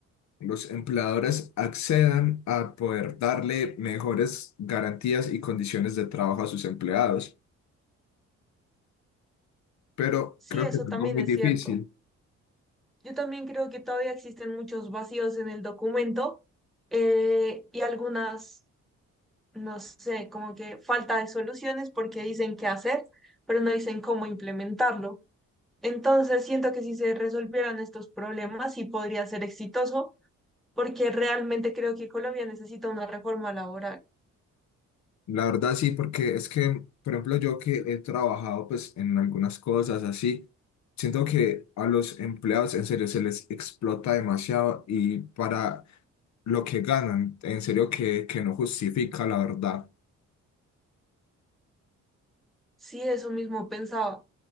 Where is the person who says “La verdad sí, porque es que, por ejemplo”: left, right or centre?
Left